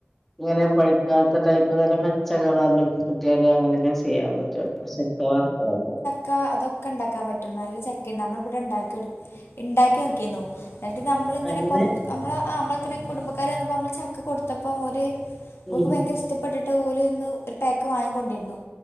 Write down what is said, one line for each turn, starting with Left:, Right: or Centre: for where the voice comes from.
Centre: ഇങ്ങനെ പഴ്ക്കാത്തടൈപ്പ് നല്ല പച്ചകളർലൊക്കെകിട്ടിയാലെ അങ്ങനൊക്കെചെയ്യാൻപറ്റൊ- <unintelligible>
Left: ക്കാ അതൊക്കെണ്ടാക്കാൻപറ്റും നല്ലചക്കെണ് നമ്മള്ബ്ടെണ്ടാക്കിയെട് ഇണ്ടാക്കിയൊക്കീനു ന്നട്ട്നമ്മള്ങ്ങനെപൊറ്ത്ത്
Centre: അങ്ങനെ
Left: അമ്മളെ അമ്മളളെക്കെര് കുടുംബക്കാര് വന്നപ്പോ അമ്മള്ചക്കകൊട്ത്തപ്പോ ഓര് ഓക്ക്ഭയങ്കരഇഷ്
Centre: ഉം
Left: റ്റ്പ്പെട്ട്ട്ട് ഓല്ഇന്ന് ഒര്പേക്ക് വാങ്ങിക്കൊണ്ടെയ്ര്ന്നു